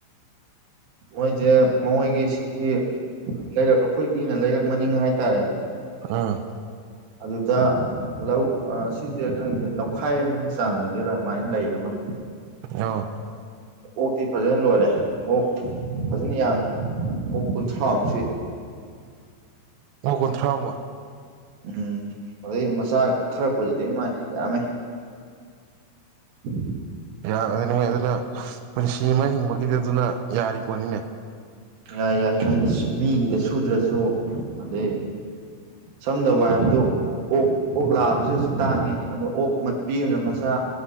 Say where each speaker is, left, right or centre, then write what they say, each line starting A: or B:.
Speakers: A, on the right; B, on the right.
A: ꯃꯣꯏꯁꯦ ꯃꯣꯏꯒꯤ ꯁꯤꯒꯤ ꯂꯩꯔꯛ ꯑꯩꯈꯣꯏꯒꯤꯅ ꯂꯩꯔꯛ ꯃꯅꯤꯡ ꯍꯥꯏꯇꯥꯔꯦ
B: ꯑ
A: ꯑꯗꯨꯗ ꯂꯧ ꯁꯤꯁꯦ ꯈꯪꯗꯦ ꯂꯧꯈꯥꯏ ꯑꯃꯒꯤ ꯆꯥꯡ ꯑꯣꯏꯗꯣꯏꯔꯥ ꯑꯗꯨꯃꯥꯏꯅ ꯂꯩ ꯑꯃ
B: ꯑꯣ
A: ꯑꯣꯛꯇꯤ ꯐꯖꯅ ꯂꯣꯏꯔꯦ ꯑꯣꯛ ꯐꯖꯅ ꯌꯥꯝꯃꯤ ꯑꯣꯛ ꯀꯨꯟꯊ꯭ꯔꯥꯃꯨꯛꯁꯦ
B: ꯃꯥ ꯀꯨꯟꯊ꯭ꯔꯥ ꯑꯃ
A: ꯎꯝ ꯑꯗꯨꯗꯩ ꯃꯆꯥꯒ ꯀꯨꯞꯊꯔꯛꯄꯁꯤꯗꯤ ꯏ ꯃꯥꯏ ꯌꯥꯝꯃꯦ ꯎ
B: ꯌꯥ ꯑꯗꯨꯅꯤ ꯃꯣꯏ ꯑꯗꯨꯅ ꯄꯨꯟꯁꯤ ꯑꯃ ꯍꯤꯡꯕꯒꯤꯗꯤ ꯑꯗꯨꯅ ꯌꯥꯔꯤꯕꯣꯠꯅꯤꯅꯦ
A: ꯌꯥꯏ ꯌꯥꯏ ꯍꯥꯏꯗꯤ ꯃꯤꯒꯤꯗ ꯁꯨꯗ꯭ꯔꯁꯨ ꯑꯗꯩ ꯁꯝꯗꯕ ꯍꯥꯏꯕꯗꯨ ꯑꯣꯛ ꯑꯣꯛ ꯂꯥꯛꯑꯕꯁꯨ ꯍꯧꯖꯤꯛ ꯇꯥꯡꯉꯦ ꯑꯗꯣ ꯑꯣꯛ ꯃꯄꯤ ꯑꯃꯅ ꯃꯁꯥ